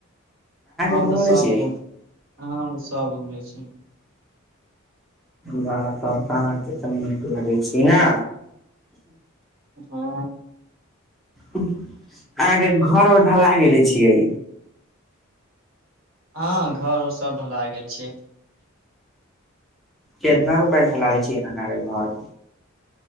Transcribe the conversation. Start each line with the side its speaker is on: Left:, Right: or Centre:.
Right: हम
Centre: घुमले
Right: तऽ सभ
Centre: छियै
Right: घुम। अहाँ तऽ सभ घूमै छी
Centre: बाह त तऽ अहाँके तऽ नीक लगै छी ने
Right: हँ
Centre: अहाँके घर और ढला गेले छियै
Right: हँ घर उर सभ ढला गेल छै
Centre: केतना रुपैया क ढ़लाइ छी अहाँक घर